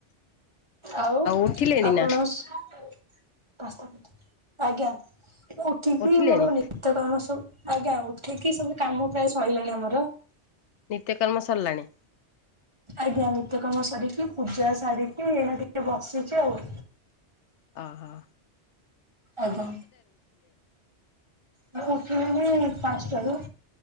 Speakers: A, on the right; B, on the left.
A: ଆଉ
B: ଉଠିଲେଣି
A: ଆପଣ?
B: ନା
A: ସ୍ ଆଜ୍ଞା ମୁଁ ଉଠିକ
B: ଉଠିଲେଣି
A: ବି ମୋର ନି ତ ଆମ ସବୁ ଆଜ୍ଞା ଉଠିକି ସବୁ କାମ ପ୍ରାୟ ସଇଲାଣି ଆମର।
B: ନିତ୍ୟକର୍ମ ସରିଲାଣି।
A: ଆଜ୍ଞା ନିତ୍ୟକାମ ସରିକି ପୂଜା ସାରିକି ଏଇନା ଟିକେ ବସିଛି ଆଉ।
B: ଅ ହ।
A: ଆଜ୍ଞା ମୁ ଉଠିଲଣି ପାଞ୍ଚଟାରୁ।